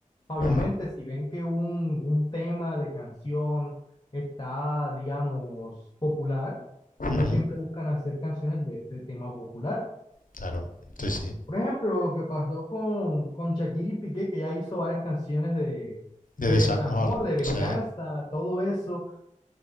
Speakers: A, on the left; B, on the left.
A: Obviamente,
B: Mm,
A: si ven que un, un tema de canción está, digamos, popular,
B: ujú,
A: ellos siempre buscan hacer canciones de este tema popular.
B: claro, sí, sí.
A: Por ejemplo, lo que pasó con, con Shakira y Piqué, que ya hizo varias canciones de, de
B: De desamor,
A: desamor, de venganza,
B: sí.
A: todo eso.